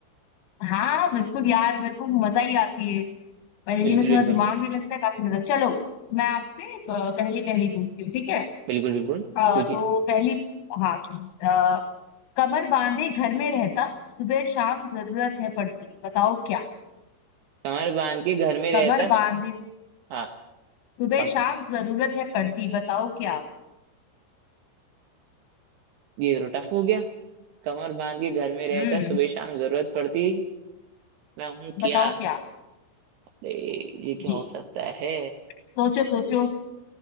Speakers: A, on the left; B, on the right.
A: हाँ बिल्कुल यार वह तो मजा ही आती है पहेली
B: बिल्कुल
A: में थोड़ा
B: बिल्कुल
A: दिमाग भी लगता है काफी मजा चलो मैं आपसे एक, अ, पहली पहली पूछती हूँ ठीक है
B: बिल्कुल बिल्कुल
A: अ,
B: पूछिए
A: तो पहली हाँ अ, कमर बांधे घर में रहता सुबह शाम जरूरत है पड़ती बताओ क्या
B: कमर बांध के घर में रहता
A: कमर बांधे
B: हाँ
A: सुबह
B: कम
A: शाम जरूरत है पड़ती बताओ क्या
B: ये तो टफ हो गया कमर बांध के घर में रहता
A: हम्म
B: सुबह शाम जरूरत पड़ती मैं हूँ क्या
A: बताओ क्या
B: अरे ये क्या
A: जी
B: हो सकता है
A: सोचो सोचो